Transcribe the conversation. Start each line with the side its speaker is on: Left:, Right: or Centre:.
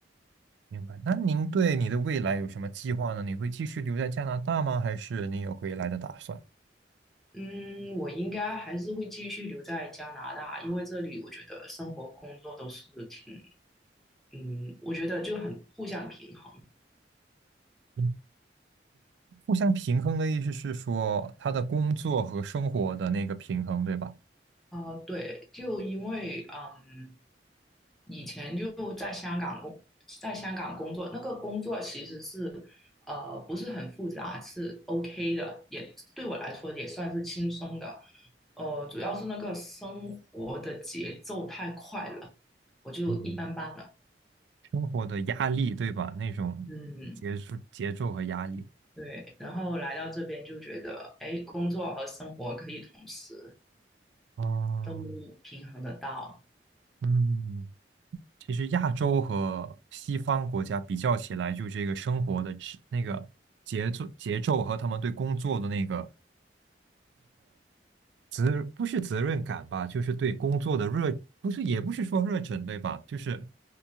Right: 明白。那您对你的未来有什么计划呢？你会继续留在加拿大吗？还是你有回来的打算？
Centre: 嗯，我应该还是会继续留在加拿大，因为这里我觉得生活、工作都是挺，嗯，我觉得就很互相平衡。
Right: 嗯互相平衡的意思是说，他的工作和生活的那个平衡，对吧？
Centre: 啊、对，就因为嗯，以前就在香港工，在香港工作，那个工作其实是呃不是很复杂，是 OK 的，也对我来说也算是轻松的。呃，主要是那个生活的节奏太快了，我就一般般了。
Right: 嗯，生活的压力，对吧？那种节奏、
Centre: 嗯，
Right: 节奏和压力。
Centre: 对。然后来到这边就觉得，哎，工作和生活可以同时
Right: 哦，
Centre: 都平衡得到。
Right: 嗯，其实亚洲和西方国家比较起来，就这个生活的质那个节奏、节奏和他们对工作的那个责不是责任感吧，就是对工作的热，不是也不是说热忱，对吧？就是